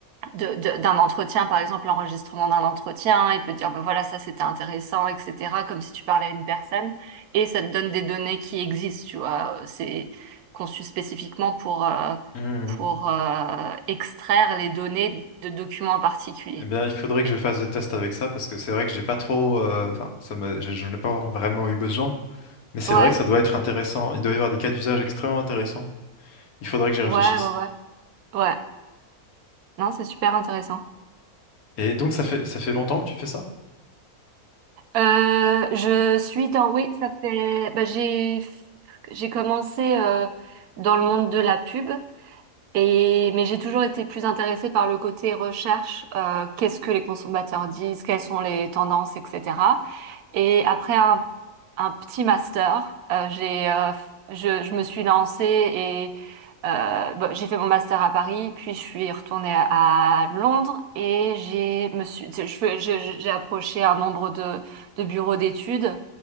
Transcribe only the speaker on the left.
Hmm.
Eh bien, il faudrait
que je fasse des tests avec ça parce que c'est vrai que j'ai pas trop, euh, enfin, ça me, je, je n'ai pas vraiment eu besoin. Mais c'est
vrai que ça doit être intéressant. Il doit y avoir des cas d'usage extrêmement intéressants. Il faudrait que j'y réfléchisse.
Et donc, ça fait, ça fait longtemps que tu fais ça?